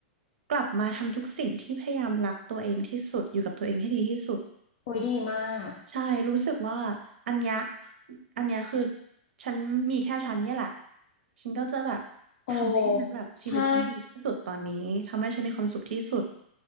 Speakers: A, on the right; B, on the left.
A: กลับมาทำทุกสิ่งที่พยายามรักตัวเองที่สุดอยู่กับตัวเองให้ดีที่สุด
B: โอุ้ยดีมาก
A: ใช่รู้สึกว่าอันเนี้ยอันเนี้ยคือฉันมีแค่ฉันเนี่ยแหละ ฉันก็จะแบบทำให้ฉันแบบชีวิตฉันดีที่สุดตอนนี้
B: โอ้ใช่
A: ทำให้ฉันมีความสุขที่สุด